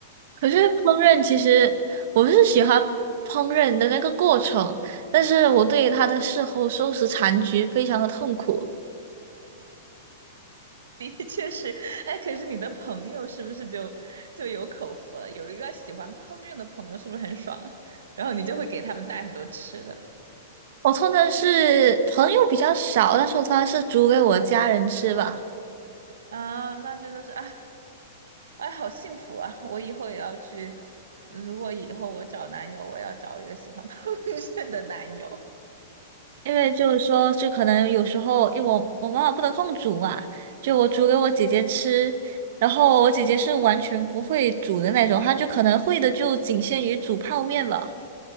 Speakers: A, on the right; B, on the right.
A: 可是烹饪其实我是喜欢烹饪的那个过程，但是我对它的事后收拾残局非常的痛苦。
B: 的 <laughs> 确是，哎，可是你的朋友是不是就就有口福了？有一个喜欢烹饪的朋友，是不是很爽啊？然后你就会给他们带很多吃的
A: 我通常是朋友比较少，但是我通常是煮给我家人吃吧，
B: 啊，那真的是啊，哎，好幸福啊！我以后也要去，如果以后我找男友，我要找一个喜欢 <laughs> 烹饪的男友。
A: 因为就是说，就可能有时候，因为我我妈妈不得空煮嘛，就我煮给我姐姐吃，然后我姐姐是完全不会煮的那种，她就可能会的就仅限于煮泡面吧，